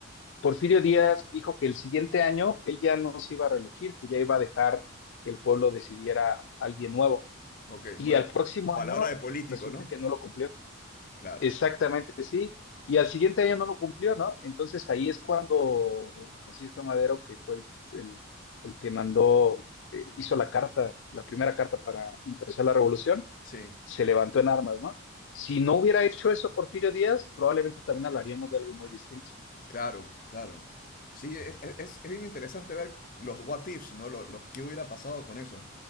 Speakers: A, on the left; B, on the left.
A: Porfirio Díaz dijo que el siguiente año él ya no se iba a reelegir, que ya iba a dejar que el pueblo decidiera a alguien nuevo,
B: Ok,
A: y
B: bueno,
A: al próximo
B: palabra
A: año
B: de político,
A: resulta
B: ¿no?
A: que no lo cumplió.
B: Claro,
A: Exactamente, sí. Y al siguiente año no lo cumplió, ¿no? Entonces ahí es cuando Francisco de Madero, que fue el, el- el que mandó, eh, hizo la carta, la primera carta para empezar la revolución,
B: sí,
A: se levantó en armas, ¿no? Si no hubiera hecho eso Porfirio Díaz, probablemente también hablaríamos de algo muy distinto.
B: claro, claro. Sí, es, es- es bien interesante ver los what ifs, ¿no? Los, los que hubiera pasado con eso.